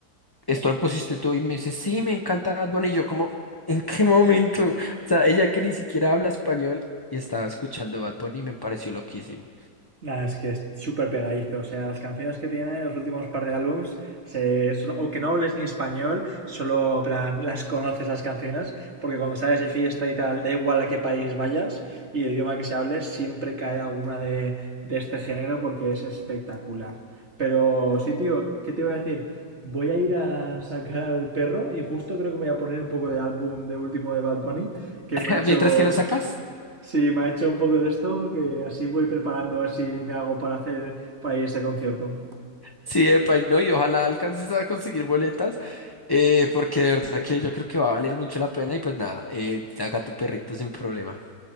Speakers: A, on the left; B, on the right.
A: ¿esto lo pusiste tú? Y me dice, sí, me encanta Bad Bunny. Y yo como, ¿en qué momento? O sea, ella que ni siquiera habla español y estaba escuchando Bad Bunny y me pareció loquísimo.
B: Nada, es que es súper pegadizo. O sea, las canciones que tiene, los últimos par de álbums, se, so- aunque no hables ni español, solo plan, las conoces las canciones, porque cuando sales de fiesta y tal, da igual a qué país vayas y el idioma que se hable, siempre cae alguna de, de este género porque es espectacular. Pero sí, tío, ¿qué te iba a decir? Voy a ir a sacar al perro y justo creo que me voy a poner un poco de álbum de último de Bad Bunny, que
A: <laughs>
B: me ha hecho
A: Mientras que lo sacas.
B: Sí, me ha hecho un poco de esto, que así voy preparando a ver si me hago para hacer para ir a ese concierto.
A: Sí, epa, y no, y ojalá alcances a conseguir boletas, eh, porque de verdad que yo creo que va a valer mucho la pena y pues nada, eh, haga tu perrito sin problema.